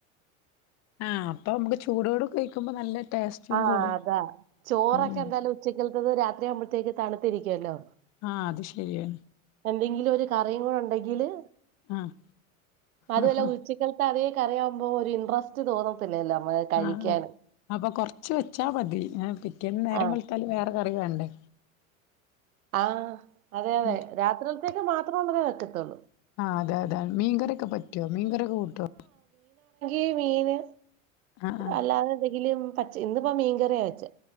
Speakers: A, on the left; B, on the right.
A: ആ അപ്പൊ നമ്ക്ക് ചൂടോടെ കഴിക്കുമ്പോ നല്ല ടേസ്റ്റും
B: ആഹ്
A: കൂടും
B: അതാ ചോറൊക്കെ
A: ഉം
B: എന്തായാലും ഉച്ചക്കത്തത് രാത്രി ആവുമ്പഴത്തേക്ക് തണു ത്തിരിക്കല്ലോ
A: ആ അത് ശരിയാ
B: ഏതെങ്കിലും ഒരു കറിയും കൂടെ ഉണ്ടെങ്കില്
A: ആഹ്
B: അതല്ല
A: ആഹ്
B: ഉച്ചക്കലത്ത അതേ ക്കറിയാവുമ്പോ ഒരു ഇൻറസ്റ്റ് തോന്നത്തില്ലല്ലോ നമ്മ കഴിക്കാന്
A: ആ ആ അപ്പൊ കൊർ ച്ച് വെച്ചാ മതി നേരം
B: ആഹ്
A: വെളുത്താലും വേറെ കറി വേണ്ടേ
B: ആഹ് അതെ അതെ
A: ഉം
B: രാത്രിൽത്തേക്ക് മാത്രാണ് വെക്ക ആ
A: ആ അതെ അതെ മീൻകറൊക്കെ പറ്റൊ മീൻകറൊക്കെ കൂട്ടോ
B: ഈ മീന്
A: ആഹ് ആഹ്
B: അല്ലാതെ എന്തെങ്കിലും പച്ച ഇന്നിപ്പ മീ കറിയാ വെച്ചെ